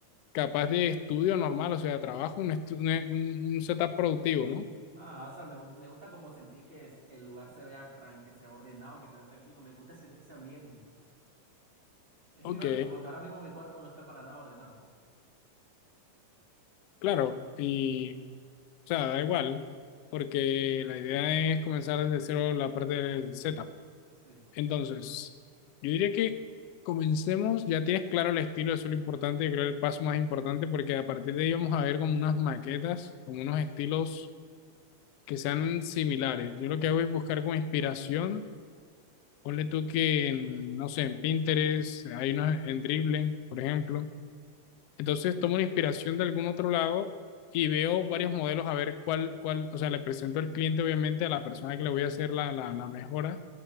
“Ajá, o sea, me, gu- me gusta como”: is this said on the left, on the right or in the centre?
Right